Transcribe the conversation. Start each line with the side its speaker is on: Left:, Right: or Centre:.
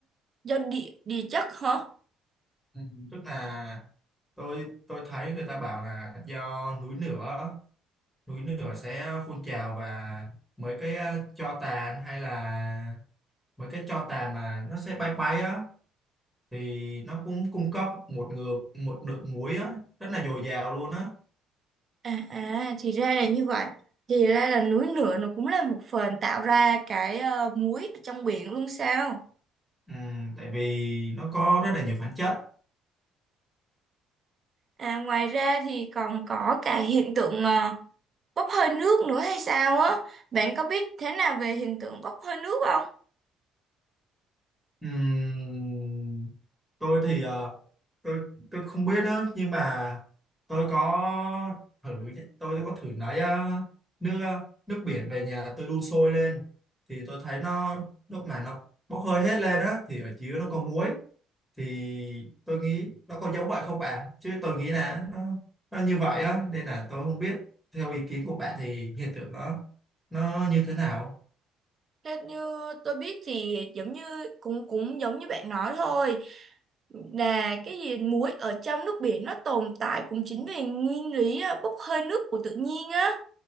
Right: do địa địa chất hả?
Centre: Ừ. tức là tôi tôi thấy người ta bảo là do núi lửa núi lửa sẽ phun trào và mấy cái ờ, tro tàn hay là mấy cái tro tàn mà nó sẽ bay bay á thì nó cũng cung cấp một ngược một lượng muối á rất là dồi dào luôn á
Right: À, à thì ra là như vậy. Thì ra là núi lửa nó cũng là một phần tạo ra cái ờ, muối ở trong biển luôn sao?
Centre: Ừm, tại vì nó có rất là nhiều khoáng chất
Right: À ngoài ra thì còn có cả hiện tượng ờ, bốc hơi nước nữa hay sao á? Bạn có biết thế nào về hiện tượng bốc hơi nước không?
Centre: Ừm, tôi thì ờ, tôi tôi không biết đó nhưng mà tôi có thử tôi có thử lấy ờ, nước ờ, nước biển về nhà tôi đun sôi lên thì tôi thấy nó lúc mà nó bốc hơi hết lên đó thì ở dưới nó có muối thì tôi nghĩ nó có giống vậy không bạn chứ tôi nghĩ là nó nó như vậy á nên là tôi không biết theo ý kiến của bạn thì hiện tượng nó nó như thế nào
Right: Theo như tôi biết thì giống như cũng cũng giống như bạn nói thôi là cái gì muối ở trong nước biển nó tồn tại cũng chính vì nguyên lý à, bốc hơi nước của tự nhiên á